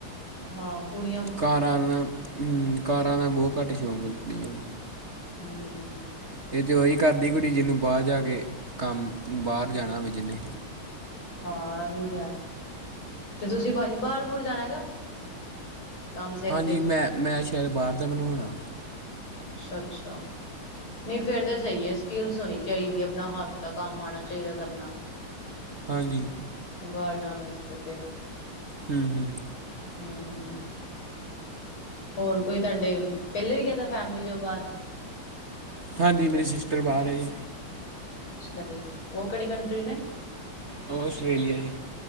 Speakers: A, on the left (about 75°); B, on the right (about 35°).
A: ਹਾਂ ਕੁੜੀ
B: ਕਾਰਾਂ ਦਾ ਕਾਰਾਂ ਦਾ ਬਹੁਤ ਘੱਟ ਸ਼ੌਂਕ ਹੁੰਦੀਆਂ
A: ਹੂੰ,,,
B: ਇਹ ਤੇ ਉਹੀ ਕਰਦੀ ਕੁੜੀ ਜਿਹਨੂੰ ਬਾਹਰ ਜਾ ਕੇ ਕੰਮ ਬਾਹਰ ਜਾਣਾ ਹੋਵੇ ਜਿਹਨੇ
A: ਹਾਂ ਇਹ ਵੀ ਹੈ ਤੇ ਤੁਸੀਂ ਭਾਜੀ ਬਾਹਰ ਬੁਰ ਜਾਣਾ ਹੈਗਾ ਕੰਮ ਸਿੱਖ
B: ਹਾਂਜੀ
A: ਕੇ
B: ਮੈਂ ਮੈਂ ਸ਼ਾਇਦ ਬਾਹਰ ਦਾ ਬਣਵਾਉਣਾ
A: ਅੱਛਾ-ਅੱਛਾ। ਨਹੀਂ ਫਿਰ ਤਾਂ ਸਹੀ ਹੈ ਸਕਿਲਸ ਹੋਣੀ ਚਾਹੀਦੀ ਆਪਣਾ ਹੱਥ ਦਾ ਕੰਮ ਆਉਣਾ ਚਾਹੀਦਾ ਕਰਨਾ
B: ਹਾਂਜੀ
A: ਬਾਹਰ ਜਾਣ ਵਾਸਤੇ ਤੇ
B: ਹੂੰ-ਹੂੰ
A: ਹੂੰ ਹੋਰ ਕੋਈ ਤੁਹਾਡੇ ਪਹਿਲੇ ਵੀ ਗਿਆ ਤਾਂ ਫੈਮਲੀ ਜੋ ਬਾਹਰ
B: ਹਾਂਜੀ ਮੇਰੀ ਸਿਸਟਰ ਬਾਹਰ ਆ ਜੀ
A: ਅਸੀਂ ਥੱਲੇ ਸੀ ਉਹ ਕਿਹੜੀ ਕੰਟਰੀ ਨੇ
B: ਉਹ ਆਸਟ੍ਰੇਲੀਆ ਜੀ